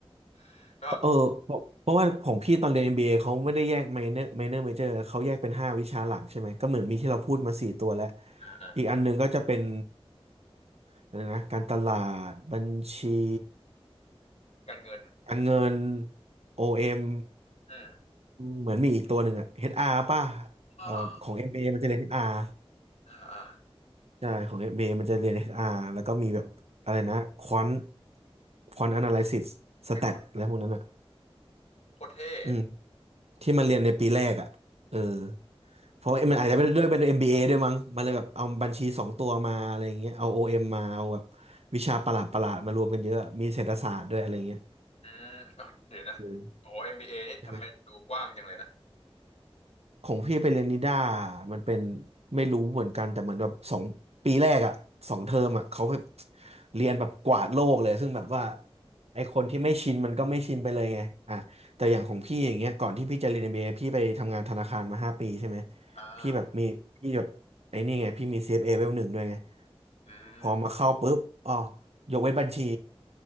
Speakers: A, on the left; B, on the right.
A: <laughs> ก็
B: เออเพราะเพราะว่าของพี่ตอนเรียน MBA เอเขาไม่ได้แยก minor minor major เขาแยกเป็นห้าวิชาหลักใช่ไหมก็เหมือนมีที่เราพูดมาสี่ตัวแล้ว
A: อ่าอ่า
B: อีกอันหนึ่งก็จะเป็นอะไรนะการตลาดบัญชี
A: การเงิน
B: การเงินโอเอ็ม
A: อืม
B: เหมือนมีอีกตัวหนึ่งอะ HR ป่ะ
A: อ่า
B: แต่ว่าของ MBA มเอมันจะเรียน HR
A: อ่าอ่า
B: ใช่ของ MBA มเอมันจะเรียน HR แล้วก็มีแบบอะไรนะควอนควอนแอนาลิซิส s
A: มี
B: แตทอะไรพวกนั้นอะ
A: โคตรเท่
B: อืมที่มันเรียนในปีแรกอะเออเพราะว่ามันอาจจะไม่ได้ด้วยเป็น MBA ด้วยมั้งมันเลยแบบเอาบัญชีสองตัวมาอะไรอย่างเงี้ยเอา OM มมาเอาแบบวิชาประหลาดประหลาดมารวมกันเยอะ มีเศรษฐศาสตร์ด้วยอะไรเงี้ย
A: อืมอ๋อเดี๋ยวนะโอ้
B: เอ
A: MBA นี่ทำไมดูกว้างจังเลยนะ
B: อ ของพี่ไปเรียนนิด้ามันเป็นไม่รู้เหมือนกันแต่เหมือนแบบสองปีแรกอะสองเทอมอะเขาแบบเรียนแบบกวาดโลกเลยซึ่งแบบว่าไอคนที่ไม่ชินมันก็ไม่ชินไปเลยไงอ่ะแต่อย่างของพี่อย่างเงี้ยก่อนที่พี่จะเรียน MBA พี่ไปทำงานธนาคารมาห้าปีใช่ไหม
A: อ่า
B: พี่แบบมีพี่แบบไอ้นี่ไงพี่มี CFA เอฟเอเลเวลหนึ่งด้วยไง
A: อืม
B: พอมาเข้าปุ๊บอ๋อยกเว้นบัญชี